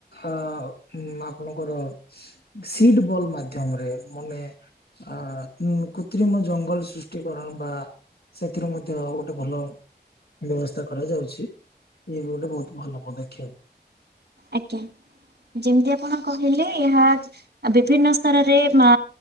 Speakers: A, on the left; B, on the right.
A: ଆ ଉ ଆପଣଙ୍କର ସିଟ ବଲ ମାଧ୍ୟମରେ ମାନେ ଆ କୃତ୍ରିମ ଜଙ୍ଗଲ ସୃଷ୍ଟି କରଣ ବା ସେଥିରୁ ମଧ୍ୟ ଗୋଟେ ଭଲ ବ୍ୟବସ୍ଥା କରାଯାଉଛି ଇଏ ବି ଗୋଟେ ବହୁତ ଭଲ ପଦକ୍ଷେପ।
B: ଆଜ୍ଞା ଯେମିତି ଆପଣ କହିଲେ ଏହା ବିଭିନ୍ନ ସ୍ତରରେ ମା